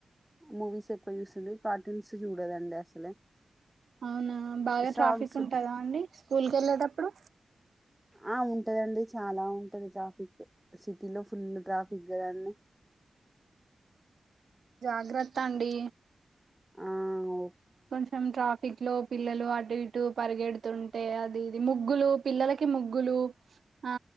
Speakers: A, in the centre; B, on the right.
A: మూవీస్ ఎక్కువ చూస్తుంది కార్టూన్స్ చూడదండి అసలే
B: అవునా బాగా
A: సాంగ్స్
B: ట్రాఫిక్ ఉంటదా అండి స్కూల్ కు వెళ్ళేటప్పుడు
A: ఆ ఆ ఉంటాదండి చాలా ఉంటది ట్రాఫిక్ సిటీలో ఫుల్ ట్రాఫిక్ కదండి <inaudible>
B: జాగ్రత్త అండి
A: ఆఓ
B: కొంచెం ట్రాఫిక్ లో పిల్లలు అట్ అటు ఇటు పరిగెడుతుంటే అది ఇది ముగ్గులు పిల్లలకి ముగ్గులు ఆ